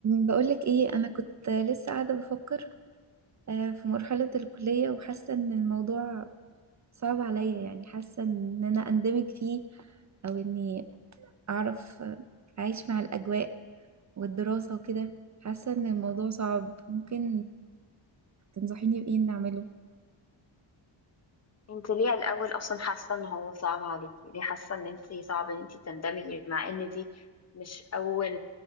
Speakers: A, on the right; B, on the left.
A: بقولك ايه انا كنت لسه قاعده بفكر آه، في مرحله الكليه وحاسه ان الموضوع صعب عليا يعني حاسه ان انا اندمج فيه او اني اعرف آه، اعيش مع الاجواء والدراسه وكده حاسه ان الموضوع صعب ممكن تنصحيني بايه إني اعمله
B: انت ليه الاول اصلا حاسه ان هو صعب عليكي ليه حاسه ان انت صعب ان انت تندمجي مع ان دي مش اول